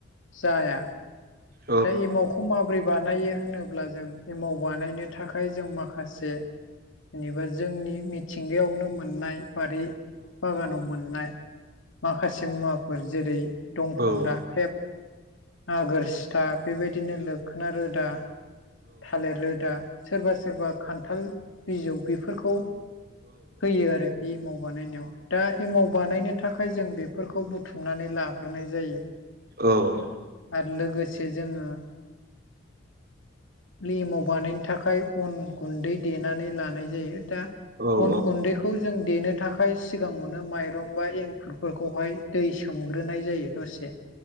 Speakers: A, on the left; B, on the right.
A: जाया।
B: औ
A: दा एमावखौ माबोरै बानायो होनोब्ला जों एमाव बानायनो थाखाय जों माखासे जेनेबा जोंनि मिथिंगायावनो मोननाय बारि बागानाव मोननाय माखासे मुवाफोर जेरै दंफां
B: औ
A: राखेब आगोर सि था बेबायदिनो लोखना रोदा, थालेर रोदा सोरबा सोरबा खान्थाल बिजौ बेफोरखौ होयो आरो। बे एमाव बानायनायाव। दा एमाव बानायनो थाखाय जों बेफोरखौ बुथुमनानै लाग्रोनाय जायो।
B: औ
A: आरो लोगोसे जोङो लि एमाव बानायनो थाखाय अन गुन्दै देनानै लानाय जायो दा
B: औ
A: अन गुन्दै खौ जों देनो थाखाय सिगाङावनो माइरं बा एंखुरफोरखौहाय दै सोमग्रोनाय जायो‌। दसे